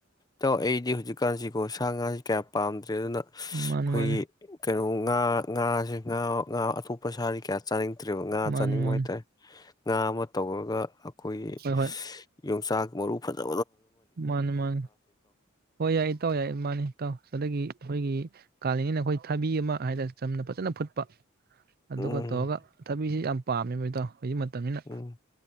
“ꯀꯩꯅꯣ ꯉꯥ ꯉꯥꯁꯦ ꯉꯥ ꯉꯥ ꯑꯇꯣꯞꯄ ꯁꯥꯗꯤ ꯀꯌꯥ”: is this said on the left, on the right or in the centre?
Left